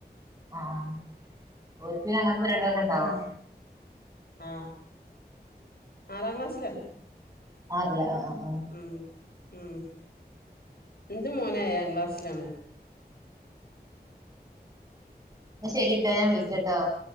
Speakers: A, on the right (about 20°); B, on the left (about 70°).
A: ആഹ് ഓൽക്ക് പിന്നെ അങ്ങനത്തെ പരുപാടികളൊക്കെ ഇണ്ടാവും
B: ഉം ആഹ് ആറാം ക്ലാസ്സിലാണ്
A: ആറിലാ അ അ
B: ഉം ഉം ഇന്റ മോൻ ഏഴാം ക്ലാസ്സിലാണ്
A: ശരിട്ടോ ഞാൻ വിളിക്കട്ടോ